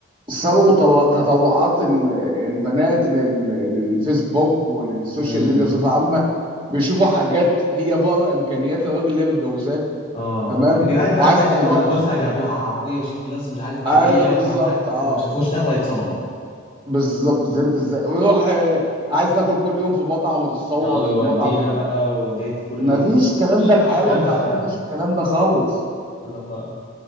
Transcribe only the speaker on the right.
سببه طل- تطلعات ال- البنات لل- للفيسبوك وللسوشيال
ميديا بصفة عامة بيشوفوا حاجات هي بره إمكانيات الراجل اللي هي متجوزاه
تمام
وعايز
تعملها
ايوه بالظبط
اه
بالظبط فهمت ازاي ويروح آه، عايز تاكل كل يوم في مطعم وتتصور
في المطعم
ما
فيش الكلام
ده الحياة
الواقعية
ما فيهاش الكلام ده خالص